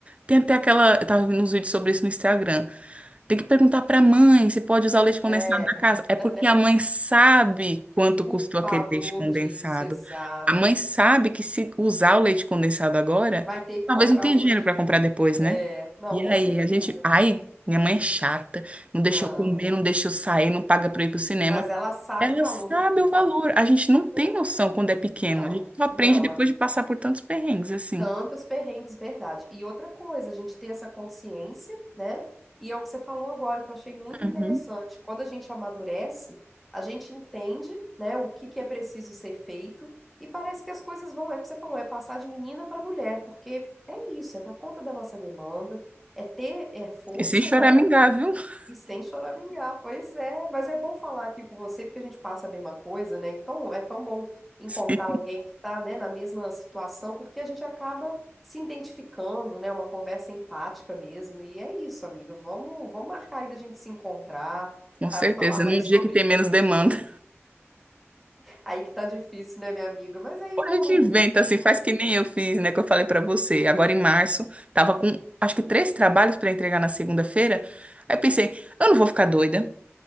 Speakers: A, on the right; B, in the centre.
A: Tem até aquela. Eu tava vendo uns vídeos sobre isso no Instagram. Tem que perguntar para a mãe se pode usar o leite condensado
B: É,
A: da casa. É porque
B: <laughs>
A: a mãe sabe quanto
B: o
A: custou
B: valor
A: aquele leite condensado.
B: disso, exato.
A: A mãe sabe que se usar o leite condensado agora,
B: Vai ter que
A: talvez
B: comprar
A: não tenha
B: outro.
A: dinheiro para comprar depois,
B: É,
A: né?
B: não,
A: E
B: com
A: aí,
B: certeza.
A: a gente. Ai, minha mãe é chata, não deixa
B: Não.
A: eu comer, não deixa eu sair, não paga para eu ir pro cinema.
B: Mas ela sabe
A: Ela
B: o valor
A: sabe
B: de tudo.
A: o valor. A gente não tem
B: Não,
A: noção quando é pequeno.
B: não,
A: A gente só aprende
B: não,
A: depois
B: amiga.
A: de passar por tantos perrengues assim.
B: Tantos perrengues, verdade. E outra coisa, a gente ter essa consciência, né? E é o que você falou agora, que eu achei muito
A: Uhum.
B: interessante. Quando a gente amadurece, a gente entende, né, o que que é preciso ser feito, e parece que as coisas vão, é o que você falou, é passar de menina para mulher, porque é isso, é dar conta da nossa demanda, é ter é força,
A: E sem choramingar,
B: né?
A: viu? <laughs>
B: E sem choramingar, pois é, mas é bom falar aqui com você, porque a gente passa a mesma coisa, né? Então é tão bom encontrar
A: Sim,
B: alguém que tá, né, na mesma situação, porque a gente acaba se identificando, né? Uma conversa empática mesmo. E é isso, amiga. Vamos, vamos marcar aí da gente se encontrar,
A: com certeza.
B: sabe? Falar mais
A: Num dia
B: sobre
A: que tem
B: isso.
A: menos demanda.
B: Aí que tá difícil, né, minha amiga? Mas aí vamos
A: A gente
B: num
A: inventa
B: domingo,
A: assim, faz que nem eu fiz, né? Que eu falei pra você. Agora em março, tava com acho que três trabalhos pra entregar na segunda-feira. Aí eu pensei, eu não vou ficar doida,